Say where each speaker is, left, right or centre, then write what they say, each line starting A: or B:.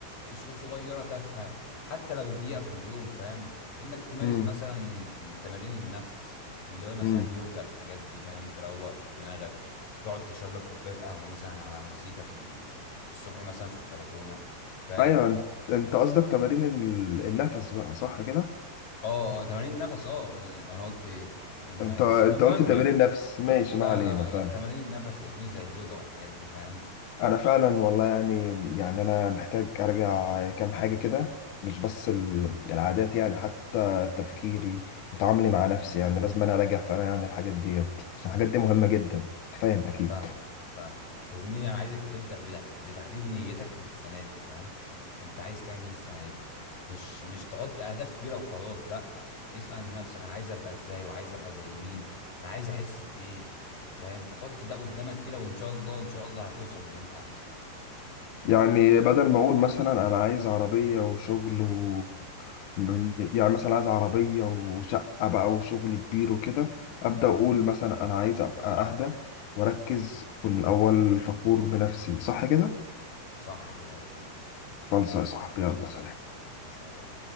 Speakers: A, on the left; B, on the left.
A: شو- صغيرة تافهة حتى لو دقيقة في اليوم فاهم انك تمارس
B: مم.
A: مثلا تمارين النفس اللي هو مثلا
B: مم.
A: يوجا الحاجات دي فاهم تروق دماغك تقعد تشرب لك كوباية قهوة مثلا على مزيكا في ال- الصبح مثلا في البلكونة فاهم
B: ايوه انت أنت قصدك تمارين ال- النفس بقى صح كده
A: اه تمارين النفس اه ال- انا قلت ايه ما-
B: انت انت
A: مش المهم
B: قلت تمارين
A: يعني
B: النفس ماشي
A: لا
B: ما علينا
A: لا
B: فعلا
A: لا تمارين النفس يا زميلي زي اليوجا والحاجات دي فاهم
B: انا فعلا والله يعني يعني انا محتاج ارجع كام حاجه كده مش بس ال- العادات يعني حتى تفكيري وتعاملي مع نفسي
A: إمم.
B: يعني لازم انا اراجع فعلا يعني الحاجات ديت عشان الحاجات دي مهمه جدا أنت فاهم اكيد
A: انا فاهم فاهم يا زميلي انا عايزك تبدا بتح- بتحديد نيتك للسنه دي فاهم انت عايز تعمل إيه السنه دي مش مش تحط اهداف كبيره وخلاص لا اسال نفسك انا عايز ابقى ازاي وعايز ابقى زي مين انا عايز احس بايه فاهم وحط ده قدامك كده وان شاء الله ان شاء الله هتوصل للي انت عايزه
B: يعني بدل ما اقول مثلا انا عايز عربيه وشغل و... م- يعني مثلا عايز عربيه وشقه بقى وشغل كبير وكده ابدا اقول مثلا انا عايز ابقى اهدى واركز اكون الاول فخور بنفسي صح كده
A: صح كده يا زميلي
B: خلص يا صاحبي يلا سلام
A: سلام